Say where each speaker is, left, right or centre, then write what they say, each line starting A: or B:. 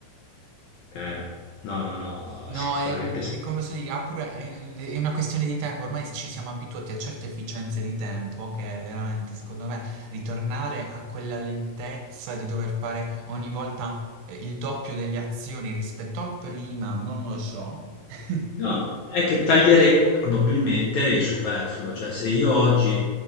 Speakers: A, on the left; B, on the right.
A: Eh, no, no, no,
B: No,
A: sicuramente
B: è,
A: sì.
B: sì, come posso dire, ha pure- è è una questione di tempo, ormai ci siamo abituati a certe efficienze di tempo che veramente, secondo me, ritornare a quella lentezza di dover fare ogni volta eh, il doppio delle azioni rispetto al prima, non lo so. <laughs>
A: No, è che taglieremo probabilmente il superfluo, cioè se io oggi